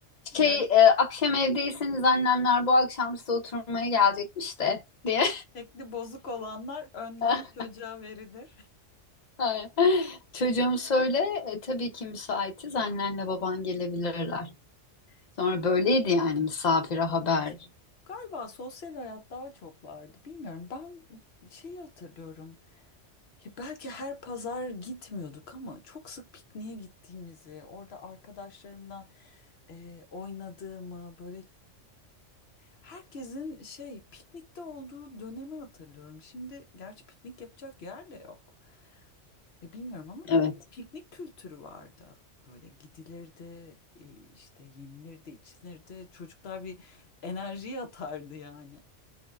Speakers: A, on the left; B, on the left.
A: Ya
B: Şey e, akşam evdeyseniz annemler bu akşam size oturmaya gelecekmiş de diye.
A: şekli bozuk olanlar önden
B: <laughs>
A: çocuğa verilir.
B: Aynen. Çocuğum söyle e, tabii ki müsaitiz annenle baban gelebilirler.
A: <laughs>
B: Sonra böyleydi yani misafire haber.
A: Galiba sosyal hayat daha çok vardı. Bilmiyorum. Ben şeyi hatırlıyorum. Ya belki her pazar gitmiyorduk ama çok sık pikniğe gittiğimizi, orada arkadaşlarımla e, oynadığımı, böyle herkesin şey piknikte olduğu dönemi hatırlıyorum. Şimdi gerçi piknik yapacak yer de yok. E, bilmiyorum ama
B: Evet
A: bir piknik kültürü vardı. Böyle gidilirdi, e, işte yenilirdi, içilirdi. Çocuklar bir enerji atardı yani.